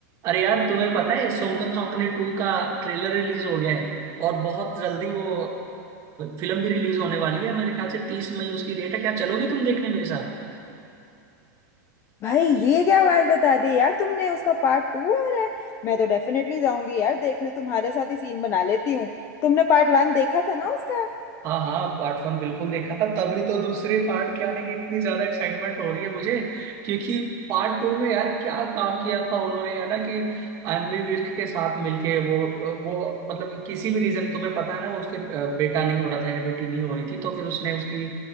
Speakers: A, on the right (about 30°); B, on the left (about 25°).
A: अरे यार तुम्हें पता है सोंकन सोंकने टू का ट्रेलर रिलीज हो गया है और बहुत जल्दी वो फिल्म भी रिलीज होने वाली है मेरे ख्याल से तीस मई उसकी डेट है क्या चलोगी तुम देखने मेरे
B: भाई ये क्या बात बता दी यार तुमने उसका पार्ट टू आ रहा है मैं तो डेफिनेटली जाऊंगी यार देखने तुम्हारे साथ ही सीन बना लेती हूँ तुमने पार्ट वन देखा था ना उसका
A: हाँ हाँ पार्ट वन बिल्कुल देखा था तभी तो दूसरे पार्ट के आने की इतनी ज्यादा एक्साइटमेंट हो रही है मुझे क्योंकि पार्ट टू में यार क्या काम किया था उन्होंने है ना कि एमी विर्क के साथ मिलके वो वो मतलब कि किसी भी रीजन तुम्हें पता है ना वो उसके अ, बेटा नहीं हो रहा था या बेटी नहीं हो रही थी तो फिर उसने उसकी